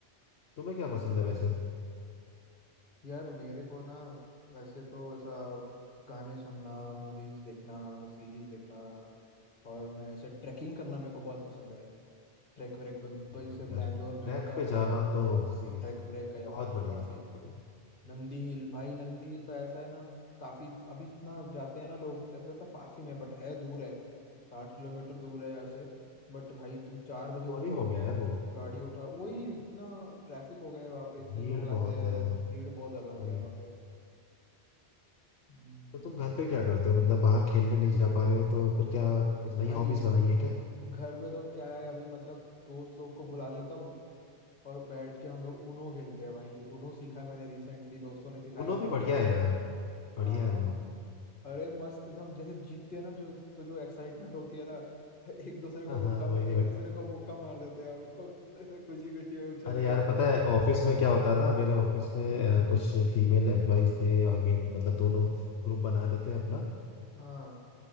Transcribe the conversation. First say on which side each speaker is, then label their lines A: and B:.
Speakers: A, on the left (about 75°); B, on the left (about 50°).
A: तुम्हें क्या
B: हम्म,
A: पसंद है वैसे
B: यार मेरे को ना वैसे तो ऐसा गाने सुनना मूवीज देखना सीरीज देखना और मैं ऐसे ट्रैकिंग करना मेरे को बहुत पसंद है ट्रैक व्रैक पे ब-
A: हाँ
B: जैसे
A: यार
B: बैंगलोर
A: ट्रैक
B: में पता होगा
A: पे जाना
B: आपको बहुत
A: तो सीरियसली
B: ट्रैक व्रैक है यहाँ
A: बहुत
B: पे तो
A: बढ़िया
B: काफी
A: बहुत बढ़िया
B: नंदी हिल भाई नंदी हिल तो ऐसा है ना काफी अभी इतना जाते हैं ना लोग तो ऐसा लगता है पास ही में बट है दूर है साठ किलोमीटर दूर है यहाँ से बट भाई तुम चार बजे
A: बोरिंग
B: उठो
A: हो
B: और
A: गया यार वो
B: गाड़ी उठाओ वही इतना ट्रैफिक हो गया है वहाँ पे इतने
A: भीड़
B: लोग आते
A: बहुत
B: हैं
A: है
B: भीड़ बहुत ज्यादा हो गया
A: वही
B: है वहाँ पे हम्म,
A: तो तुम घर पे क्या करते हो मतलब बाहर खेलने नहीं जा पा रहे हो तो फिर क्या कुछ नई
B: भाई
A: हॉबीज बनाई है क्या
B: घर पे तो क्या है अभी मतलब दोस्त लोग को बुला लेता हूँ और बैठ के हम लोग ऊनो खेलते हैं भाई ऊनो सीखा है मैंने रिसेंटली दोस्तों ने सिखाया
A: उनो
B: है
A: भी
B: मेरे
A: बढ़िया
B: को
A: है यार बढ़िया
B: हाँ
A: है उनो
B: अरे मस्त थे हम जैसे जीतते हैं ना जो तो जो एक्साइटमेंट होती है ना एक दूसरे को
A: हाँ
B: मुक्का
A: हाँ वही
B: मा-
A: वही
B: एक दूसरे को मुक्का मार देते हैं हम लोग <laughs> ऐसे खुशी खुशी में उछलते
A: अरे यार
B: होते उछलते
A: पता है ऑफिस में क्या होता है ना मेरे ऑफिस में अ, कुछ फीमेल एम्प्लॉयज थे और मेल मतलब दोनों ग्रुप बना लेते हैं अपना
B: हाँ